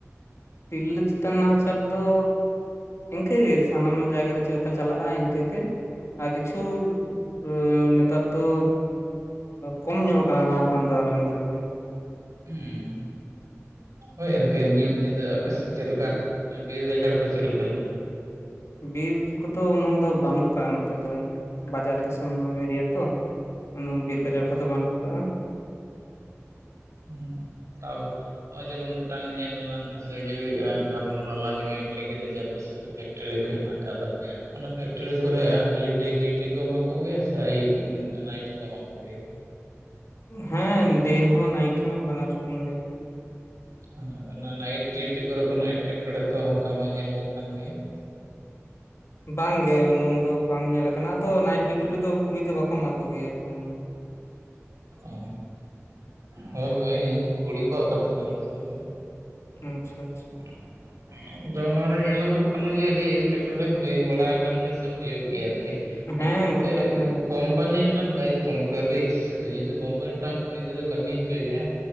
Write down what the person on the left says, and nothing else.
ᱛᱤᱨᱞᱟᱹ ᱪᱮᱛᱟᱱ ᱱᱟᱦᱟᱪᱟᱨ ᱫᱚᱼᱼ ᱤᱱᱠᱟᱹᱜᱮ ᱥᱟᱱᱟᱢ ᱡᱟᱭᱜᱟ ᱨᱮ ᱪᱮᱫ ᱞᱮᱠᱟ ᱪᱟᱞᱟᱜᱼᱟ ᱤᱱᱠᱟᱹᱜᱮ ᱟᱨ ᱠᱤᱪᱷᱩ ᱼᱼ ᱱᱮᱛᱟᱨ ᱫᱚ ᱠᱚᱢ ᱧᱚᱜ ᱠᱟᱱᱟ ᱞᱟᱦᱟ ᱠᱷᱚᱱ ᱫᱚ ᱟᱞᱮ ᱱᱚᱛᱮ ᱫᱚ᱾
ᱵᱤᱨ ᱠᱚᱫᱚ ᱩᱱᱟᱹᱝ ᱫᱚ ᱵᱟᱹᱱᱩᱜ ᱟᱠᱟᱜᱼᱟ ᱱᱚᱛᱮ ᱫᱚ᱾ ᱵᱟᱡᱟᱨ ᱫᱤᱥᱚᱢ ᱮᱨᱤᱭᱟ ᱛᱚ ᱩᱱᱟᱹᱝ ᱵᱤᱨ ᱜᱟᱡᱟᱲ ᱠᱚᱫᱚ ᱵᱟᱹᱱᱩᱜ ᱟᱠᱟᱜᱼᱟ ᱾
ᱦᱮᱸ ᱰᱮ ᱦᱚᱸ ᱱᱟᱭᱤᱴ ᱦᱚᱸ ᱵᱟᱱᱟᱨ ᱨᱚᱠᱚᱢ ᱜᱮ ᱾
ᱵᱟᱝ ᱜᱮ ᱩᱱᱟᱝ ᱫᱚ ᱵᱟᱝ ᱧᱮᱞ ᱟᱠᱟᱱᱟ ᱟᱫᱚ ᱱᱟᱭᱤᱴ ᱰᱤᱭᱩᱴᱤ ᱨᱮᱫᱚ ᱠᱩᱲᱤ ᱫᱚ ᱵᱟᱠᱚ ᱮᱢᱟ ᱠᱚᱜᱮᱭᱟ ᱮᱠᱷᱚᱱ ᱾
ᱟᱪᱪᱷᱟ ᱟᱪᱪᱷᱟ ᱾
ᱦᱮᱸ
ᱜᱚᱴᱟ
ᱜᱮ ᱟᱸᱡᱚᱢᱚᱜ
ᱠᱟᱱᱟ